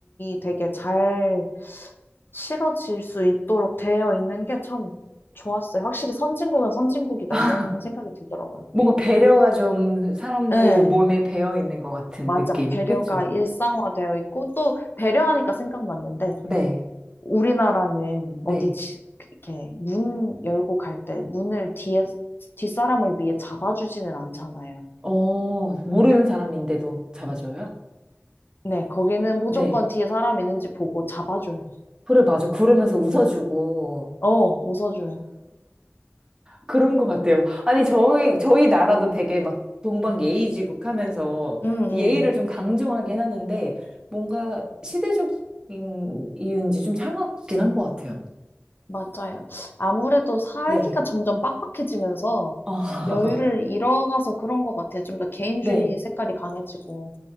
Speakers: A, on the left; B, on the right.
A: 되게 잘 실어질 수 있도록 되어 있는 게 참 좋았어요. 확실히 선진국은 선진국이다
B: <laughs>
A: 이런 생각이 들더라고요.
B: 뭔가 배려가 좀 사람들
A: 네.
B: 몸에 배어 있는 것 같은
A: 맞아.
B: 느낌.
A: 배려가
B: 그쵸?
A: 일상화되어 있고 또 배려하니까 생각났는데
B: 네,
A: 우리나라는
B: 네,
A: 어디 지- 이렇게 문 열고 갈 때 문을 뒤에 뒷사람을 위해 잡아주지는 않잖아요.
B: 어, 모르는 사람인데도 잡아줘요?
A: 네, 거기는 무조건
B: 네.
A: 뒤에 사람 있는지 보고 잡아줘요.
B: 그래, 맞아. 구르면서 웃어주고,
A: 어, 웃어줘요.
B: 그런 것 같아요. 아니, 저희, 저희 나라도 되게 막 동방 예의지국 하면서
A: 음,
B: 예의를
A: 음,
B: 좀 강조하긴 하는데 뭔가 시대적인 이유인지 좀 차갑긴 한 것 같아요.
A: 맞아요. 아무래도 살기가
B: 네.
A: 점점 빡빡해지면서
B: 아,
A: 여유를
B: <laughs>
A: 잃어가서 그런 것 같아요. 좀 더 개인주의
B: 네.
A: 색깔이 강해지고.